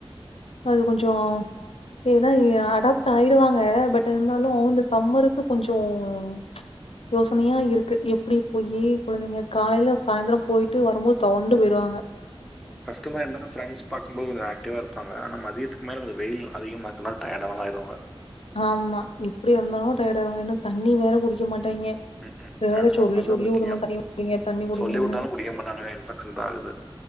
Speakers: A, on the left (about 75°); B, in the centre.
A: அது கொஞ்சோ ஏன்னா இ அடாப்ட் ஆயிடுவாங்க பட் இருந்தாலு இந்த சம்மருக்கு கொஞ்சோ ச் யோசனையா இருக்கு எப்டி போய்யி கொழந்தைங்க காலைல சாய்ந்தர போயிட்டு வரம்போது தொவண்டு போய்டுவாங்க
B: கஸ்டந்தா இருந்தாலு ஃப்ரெண்ட்ஸ் பாக்கும்போது கொஞ்ச ஆக்டிவா இருப்பாங்க ஆனா மதியத்துக்கு மேல கொஞ்ச வெயில் அதிகமா இருக்கனால டயட் ஆனாலு ஆயிடுவாங்க
A: ஆமா எப்படி இருந்தாலு டயர்ட் ஆவாங்க இன்னு தண்ணி வேற குடிக்க மாட்டாய்ங்க
B: ம் ம்
A: இத வேற
B: ஆமா
A: சொல்லி
B: அதுதான்
A: சொல்லி
B: முக்கியோ
A: வுடணும் தண்ணி குடிங்க, தண்ணி குடிங்கன்னு.
B: சொல்லி உட்டாலு குடிக்க மாட்டானுங்க இன்ஃபெக்க்ஷன் தா ஆகுது